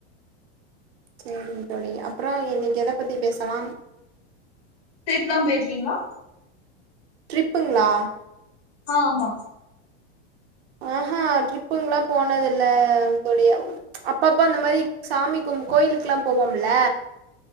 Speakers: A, on the right (about 65°); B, on the left (about 60°).
A: செரிங்க தோழி அப்புறம் இன்னைக்கு எத பத்தி பேசலாம்
B: டிரிப்லா போயிருக்கீங்களா
A: ட்ரிப்புங்களா
B: ஆ ஆமா
A: ஆஹா ட்ரிப்புங்கலாம் போனது இல்ல தோழி அப்பப்ப அந்த மாரி சாமி கும்ப கோயிலுக்குலா போவோம் இல்ல